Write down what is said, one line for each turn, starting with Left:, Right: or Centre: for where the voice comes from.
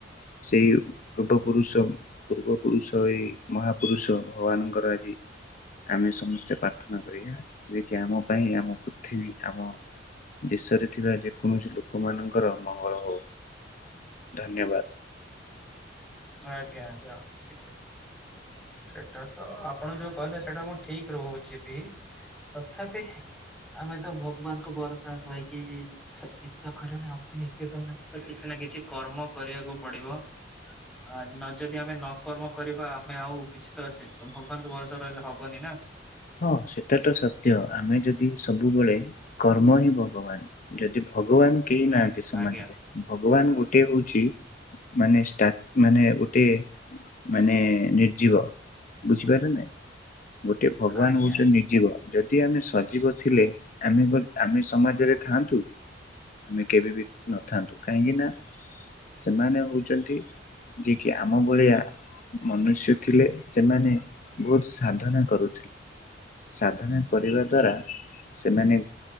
Left: ସେଇ ପୂର୍ବ ପୁରୁଷ। ପୂର୍ବ ପୁରୁଷ, ଏଇ ମହାପୁରୁଷ। ଭଗବାନଙ୍କର ଆଜି। ଆମେ ସମସ୍ତେ ପ୍ରାର୍ଥନା କରିବା। ଯେ କି ଆମ ପାଇଁ, ଆମ ପୃଥିବୀ ଆମ, ଦେଶରେ ଥିବା ଯେକୌଣସି ଲୋକମାନଙ୍କର, ମଙ୍ଗଳ ହଉ। ଧନ୍ୟବାଦ।
Centre: ଆଜ୍ଞା। ଆଜ୍ଞା। ଆସିବେ। ସେଟା ତ। ଆପଣ ଯୋଉ କହିଲେ। ସେଇଟା ମୁଁ ଠିକ ରହୁଛି ବି। ତଥାପି ଆମେ ତ ଭଗବାନଙ୍କ ଭରସା ରହିକି। କିଛି ତ କରିବନି। ଆମକୁ ନିଶ୍ଚିତ, ନିଶ୍ଚିତ କିଛି ନାହିଁ। କିଛି କର୍ମ କରିବାକୁ ପଡିବ। ଆ ନ ଯଦି, ଆମେ ନକର୍ମ କରିବା। ଆମେ ଆଉ କିଛି ତ ଆସ ଭଗବାନଙ୍କ ଭରସା ରହିଲେ ହବନି ନା।
Left: ହଁ। ସେଟାଟା ସତ୍ୟ। ଆମେ ଯଦି ସବୁବେଳେ, କର୍ମ ହିଁ ଭଗବାନ। ଯଦି ଭଗବାନ କେହି
Centre: ହୁଁ
Left: ନାହାନ୍ତି ସମାଜରେ।
Centre: ଆଜ୍ଞା ଆଜ୍ଞା।
Left: ଭଗବାନ ଗୋଟଏ ହଉଛି ମାନେ, ଗୋଟେ ମାନେ, ନିର୍ଜୀବ ବୁଝିପାରିଲ ନାଇଁ। ଗୋଟେ ଭଗବାନ
Centre: ଆଜ୍ଞା
Left: ହଉଛ ନିଜିବ। ଯଦି ଆମେ ସଜୀବ ଥିଲେ। ଆମେ, ଆମେ ସମାଜରେ ଥାଆନ୍ତୁ। ଆମେ କେବେ ବି ନଥାନ୍ତୁ। କାହିଁକି ନା, ସେମାନେ ହଉଛନ୍ତି ଯିଏ କିି ଆମ ଭଳିଆ, ମନୁଷ୍ୟ ଥିଲେ। ସେମାନେ ବହୁତ ସାଧନା କରୁ ସାଧନା କରିବା ଦ୍ଵାରା, ସେମାନେ,